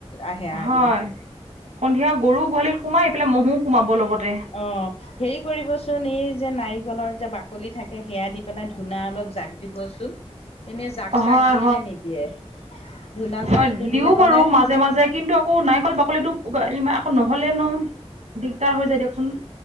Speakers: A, on the left; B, on the right.
A: আহে আৰু
B: হয় সন্ধিয়া গৰু গোহালিত সোমাই এইফালে মহো সোমাব লগতে
A: অ হেৰি কৰিবচোন এই যে নাৰিকলৰ যে বাকলি থাকে সেয়া দি পেলাই ধূনা অলপ জাক দিবচোন এনে জাক চাক
B: হয়
A: দিয়ে নে নিদিয়ে ধূনা
B: হয়
A: জাকটো
B: দিও
A: দিলে
B: বাৰু
A: মানে
B: মাজে মাজে কিন্তু আকৌ নাৰিকল বাকলিটো ইমান আকৌ নহ'লেনো দিগদাৰ হৈ যায় দিয়কচোন